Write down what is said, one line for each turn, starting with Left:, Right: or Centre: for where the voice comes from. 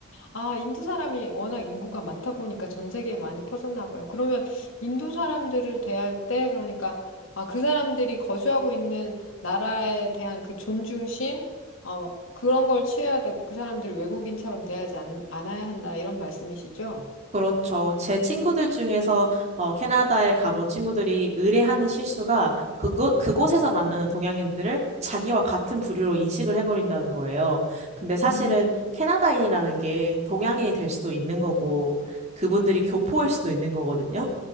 Left: 아, 인도 사람이 워낙 인구가 많다 보니까 전 세계에 많이 퍼졌나 봐요. 그러면 인도 사람들을 대할 때, 그러니까, 아, 그 사람들이 거주하고 있는 나라에 대한 그 존중심, 어, 그런 걸 취해야 되고, 그 사람들 외국인처럼 대하지 않, 않아야 한다, 이런 말씀이시죠?
Right: 그렇죠. 제 친구들 중에서 어, 캐나다에 가본 친구들이 의뢰하는 실수가 그곳, 그곳에서 만나는 동양인들을 자기와 같은 부류로 인식을 해버린다는 거예요. 근데 사실은
Left: 음.
Right: 캐나다인이라는 게 동양인이 될 수도 있는 거고 그분들이 교포일 수도 있는 거거든요.